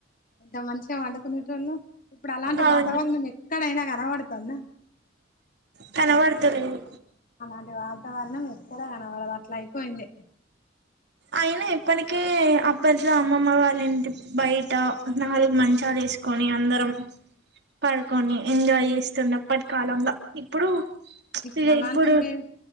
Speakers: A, on the left (about 45°); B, on the right (about 60°).
A: ఇంత మంచిగా వండుకునే టోళ్ళ ఇప్పుడు అలాంటి
B: అవును
A: వాత వరణం ఎక్కడైనా కనబడుతంద
B: కనబడతలేదు
A: అలాంటి వాతావరణం ఎక్కడ కనపడదు అట్లా అయిపోయింది
B: అయినా ఇప్పటికే అప్పట్లో అమ్మమ్మ వాళ్ళ ఇంటి బయట నాలుగు మంచాలు వేసి కొని అందరం పడుకొని ఎంజాయ్ చేస్తుండ అప్పటి కాలంల ఇప్పుడు
A: ఇప్పుడాలంటి
B: ఇక ఇప్పుడు
A: లే